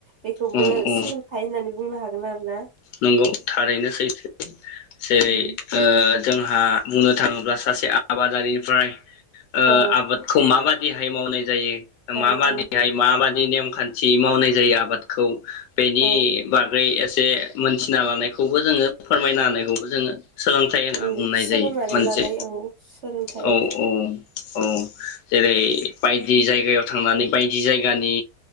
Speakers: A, on the right; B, on the left.
A: बेखौबो
B: औ औ
A: सोलोंथाइ होननानै बुंनो हागोन आरो। ना?
B: नंगौ थारैनो सैथो <inaudible> <inaudible> जेरै
A: उम
B: ओ जोंहा बुंनो थाङोब्ला सासे आबा दारिनिफ्राय ओ
A: औ
B: आबादखौ माबादि रेहाय मावनाय जायो
A: औ
B: मा बादि
A: औ
B: हाय माबाद नि नेमखान्थि मावनाय जायो आबादखौ बेनि
A: औ
B: बागै जे मोनथिना लानायखौबो जोङो फोरमायनो हानाय औ सोलोंथाइ होनना
A: उम
B: बुंनाय
A: सोलोंनानै
B: जायो मोनसे
A: लानाय औ सोलोंथाइ
B: औ औ औ जेरै बायदि जायगायाव थांनानै बायदि जायगानि